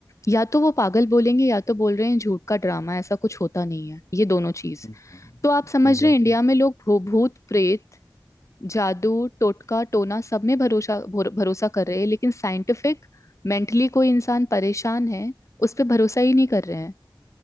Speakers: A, on the left; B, on the left.
A: या तो वो पागल बोलेंगे या तो बोल रहे हैं झूठ का ड्रामा ऐसा कुछ होता नहीं है ये दोनों चीज
B: एग्जैक्टली
A: तो आप
B: हम्म,
A: समझ
B: एग्जैक्टली
A: रहे हैं इंडिया में लोग भू- भूत प्रेत जादू टोटका टोना सब में भरोसा भरो- भरोसा कर रहे हैं लेकिन साइंटिफिक मेंटली कोई इंसान परेशान है उस पे भरोसा ही नहीं कर रहे हैं